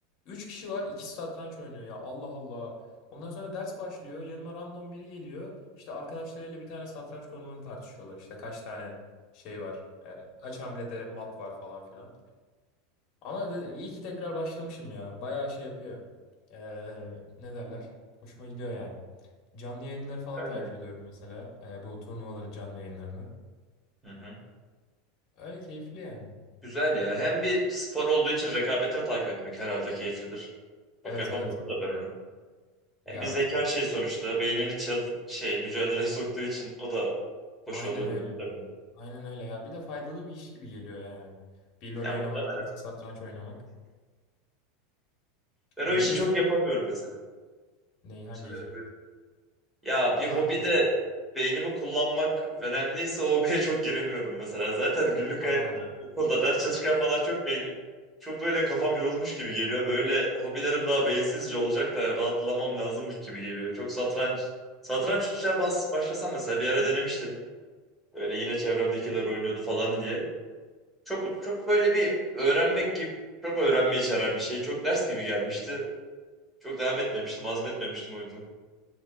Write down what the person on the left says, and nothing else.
3 kişi var, ikisi satranç oynuyor ya. Allah Allah. Ondan sonra ders başlıyor. Yanıma random biri geliyor. İşte arkadaşlarıyla bir tane satranç konumunu tartışıyorlar. İşte kaç tane şey var. e, kaç hamlede mat var falan filan. Ama de, iyi ki tekrar başlamışım ya. Bayağı şey yapıyor. Ee, ne derler? Hoşuma gidiyor yani. Canlı yayınları falan
takip ediyorum mesela. Ee, bu turnuvaların canlı yayınlarını.
Öyle keyifli yani.
Evet
evet.
Ya
aynen
öyle.
Aynen öyle ya. Bir de faydalı bir iş gibi geliyor yani. Bir LoL
oynamaktansa satranç oynamak.
Bir
de
şu.
Neyi hangi
işi?
Hangi
işi?
He,